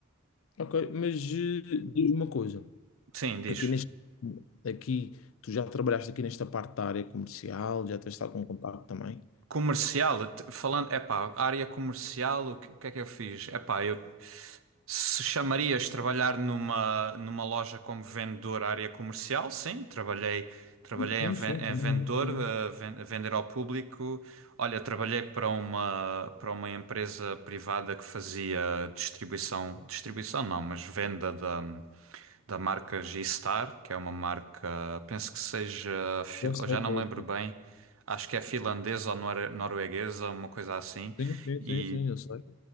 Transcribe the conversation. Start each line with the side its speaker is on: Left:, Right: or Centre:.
Left: Ok, mas eh, diz-me uma coisa,
Right: sim, diz.
Left: aqui neste, aqui, tu já trabalhaste aqui nesta parte da área comercial, já tens estado com contato também?
Right: Comercial, t- falando, epá, área comercial, o que, o que é que eu fiz? Epá, eu. Se chamarias trabalhar numa, numa loja como vendedor à área comercial? Sim, trabalhei, trabalhei
Left: Sim,
Right: em,
Left: sim,
Right: ven-
Left: sim,
Right: em
Left: também,
Right: vendedor,
Left: também.
Right: eh, ven- a vender ao público. Olha, trabalhei para uma, para uma empresa privada que fazia distribuição, distribuição não, mas venda da, da marca G-Star, que é uma marca, penso que seja, fil-
Left: Já sei
Right: eu já não
Left: qual
Right: me lembro
Left: é que é.
Right: bem, acho que é finlandesa ou nor- norueguesa, uma coisa assim.
Left: Sim, sim,
Right: E
Left: sim, sim, eu sei.